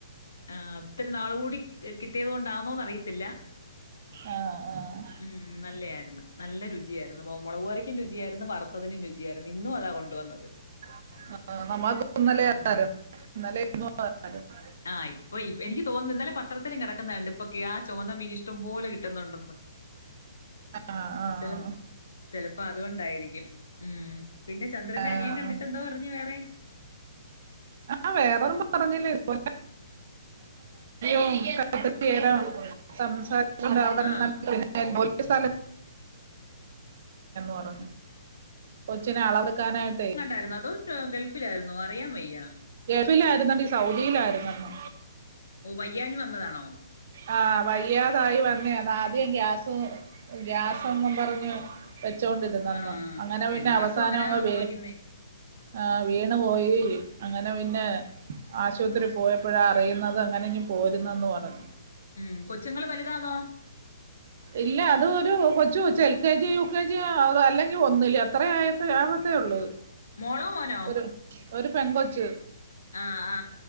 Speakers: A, on the left; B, on the right.
A: ആ ഒത്തിരി നാള് കൂടി കിട്ടിയത് കൊണ്ടാന്നോന്നറിയത്തില്ല
B: ആഹ് ആഹ്
A: ഉം നല്ലായിര്ന്ന് നല്ല രുചിയായിര്ന്ന് മൊളകറിയ്ക്കും രുചിയായിര്ന്ന് വറ്ത്തതിനും രുചി ചിയാര്ന്ന് ഇന്നും അതാ കൊണ്ടുവന്നത്
B: <inaudible>
A: ഉം. ആ ഇപ്പ ഈ എനിക്ക് തോന്നുന്ന് ഇന്നലെ പത്രത്തിലും കെടക്കുന്നണ്ട് ഇപ്പൊക്ക്യാ ചോന്ന മീന് ഇഷ്ടം പോലെ കിട്ടുന്നുണ്ടെന്ന്
B: ആഹ് ആഹ്
A: ചെല ചെലപ്പോ അതുകൊണ്ടായിരിക്കും ഉം പിന്നെ ചന്ദ്രന്റെ
B: ആഹ്
A: അനിയൻ കണ്ടിട്ടെന്തോ പറഞ്ഞു വേറെ
B: ആ വേറൊന്നും പറഞ്ഞില്ല ഇത്പോലെ <inaudible> സംസാരിച്ചോണ്ട് അവടെ
A: ആ
B: നിന്ന <inaudible> പറഞ്ഞു കൊച്ചിനളവെട്ക്കാനായിട്ടേ
A: ആയിര്ന്നതോ <unintelligible> ഗൾഫിലായിര്ന്നോ അറിയാൻ വെയ്യാ
B: ഗേഫിലാര്ന്നെടീ സൗദിലായിര്ന്നെന്ന്
A: ഓ വയ്യാഞ്ഞ് വന്നതാണോ
B: ആ വയ്യാതായി വന്ന ആദ്യം ഗ്യാസ് ഗ്യാസെന്നും പർഞ്ഞ് വെച്ചൊണ്ടിര്ന്നെന്ന്
A: ആ
B: അങ്ങനെ പിന്നെ
A: എല്ലാവർക്കും
B: അവസാനങ്ങ്
A: അങ്ങനെ സംഭവിക്കുന്നേ
B: വീ ആ വീണ് പോയി അങ്ങനെ പിന്നെ ആശുത്രീ പോയപ്പഴാ അറിയുന്നത് അങ്ങനെഞ്ഞി പോരുന്നെന്ന് പറഞ്ഞ്
A: ഉം കൊച്ചുങ്ങള് വലുതാന്നോ
B: ഇല്ല അത് ഒരു കൊച്ച് കൊച്ച് L K G U K G അല്ലെങ്കി ഒന്നില് അത്രെ ആയെ പ്പഴാവത്തേ ഒള്ളൂ
A: മോളോ മോനോ
B: ഒരു ഒരു പെങ്കൊച്ച്
A: ആ ആ